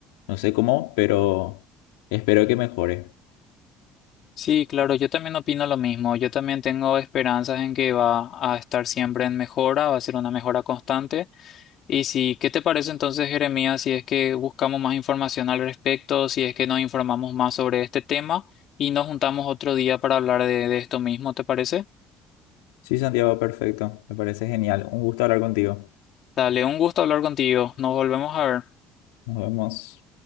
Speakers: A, on the left (about 85°); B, on the left (about 60°).
A: No sé cómo, pero espero que mejore.
B: Sí, claro, yo también opino lo mismo. Yo también tengo esperanzas en que va a estar siempre en mejora, va a ser una mejora constante. Y sí, ¿qué te parece entonces, Jeremías, si es que buscamos más información al respecto, si es que nos informamos más sobre este tema y nos juntamos otro día para hablar de de esto mismo, ¿te parece?
A: Sí, Santiago, perfecto. Me parece genial. Un gusto hablar contigo.
B: Dale, un gusto hablar contigo. Nos volvemos a ver.
A: Nos vemos.